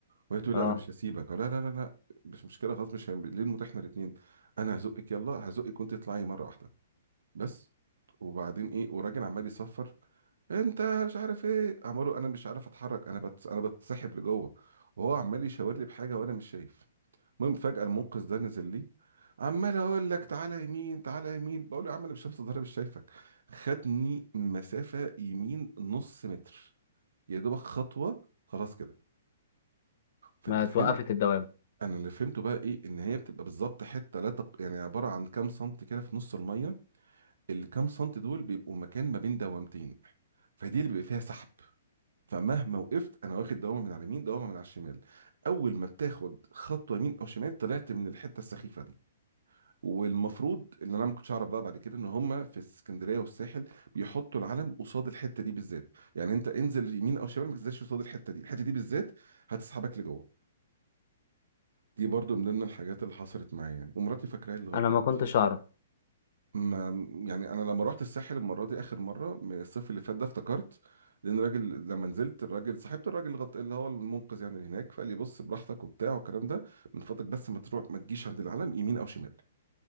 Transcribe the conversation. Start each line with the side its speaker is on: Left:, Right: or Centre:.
Right: وهي تقول
Left: اه
Right: لي لا انا مش هسيبك لا لا لا لا مش مشكله خلاص مش هم... ليه المتاح احنا الاثنين انا هزقك يلا هزقك وانت تطلعي مره واحده بس وبعدين ايه وراجل عمال يصفر انت مش عارف ايه عماله انا مش عارف اتحرك انا بت... انا بتسحب لجوه وهو عمال يشاور لي بحاجه وانا مش شايف المهم فجاه المنقذ ده نزل لي عمال اقول لك تعالى يمين تعالى يمين بقول له يا عم انا مش شايف ضهري مش شايفك خدني مسافه يمين نص متر يا دوبك خطوه خلاص كده فاللي
Left: ما
Right: فهمت
Left: توقفت الدوام
Right: انا اللي فهمته بقى ايه ان هي بتبقى بالظبط حته لا تق... يعني عباره عن كام سنت كده في نص الميه اللي كام سنت دول بيبقوا مكان ما بين دوامتين فدي اللي بيبقى فيها سحب فمهما وقفت انا واخد دوامه من على اليمين دوامه من على الشمال اول ما بتاخد خطوه يمين او شمال طلعت من الحته السخيفه دي والمفروض ان انا ما كنتش اعرف بقى بعد كده ان هم في اسكندريه والساحل بيحطوا العلم قصاد الحته دي بالذات يعني انت انزل يمين او شمال ما تنزلش قصاد الحته دي الحته دي بالذات هتسحبك لجوه دي برضو من ضمن الحاجات اللي حصلت معايا يعني ومراتي فاكراها لغايه
Left: انا
Right: دلوقتي
Left: ما كنتش اعرف
Right: ما يعني انا لما رحت الساحل المره دي اخر مره من الصيف اللي فات ده افتكرت لان الراجل لما نزلت الراجل صاحبة الراجل الغط... اللي هو المنقذ يعني اللي هناك فقال لي بص براحتك وبتاع والكلام ده من فضلك بس ما تروح ما تجيش عند العلم يمين او شمال